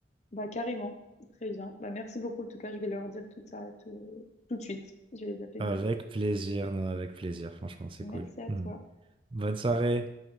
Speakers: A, on the left; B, on the right.
A: Bah, carrément. Très bien. Bah, merci beaucoup. En tout cas, je vais leur dire tout ça tout, tout de suite. Je vais les appeler
B: Avec
A: direct.
B: plaisir, non, avec plaisir, franchement, c'est
A: Merci
B: cool.
A: à toi.
B: Mhm. Bonne soirée.